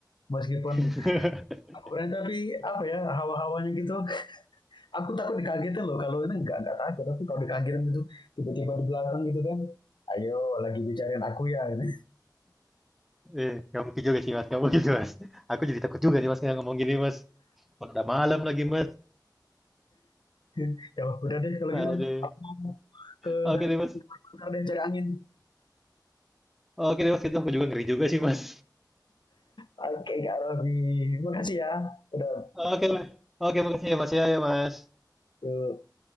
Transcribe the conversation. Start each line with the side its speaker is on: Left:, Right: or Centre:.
Left: Meskipun
Centre: <laughs>
Left: aku berani tapi apa ya hawa-hawanya gitu. Aku takut dikagetin loh. Kalau ini nggak nggak takut, tapi kalau dikagetin gitu, tiba-tiba di belakang gitu kan. Ayo, lagi bicarain aku ya. Gitu.
Centre: Eh, nggak mungkin juga sih, Mas. Nggak mungkin, Mas. Aku jadi takut juga nih, Mas, nggak ngomong gini, Mas. Udah malam lagi, Mas.
Left: <laughs> ya udah deh kalau
Centre: Aduh.
Left: gitu. Aku mau ke
Centre: Oke deh, Mas.
Left: bentar deh cari angin.
Centre: Oke deh, Mas. Itu aku juga ngeri juga sih, Mas.
Left: Oke, Kak Robi. Makasih ya. Udah
Centre: Oke, Mas. Oke, makasih ya, Mas. Ya, ya, Mas.
Left: yuk.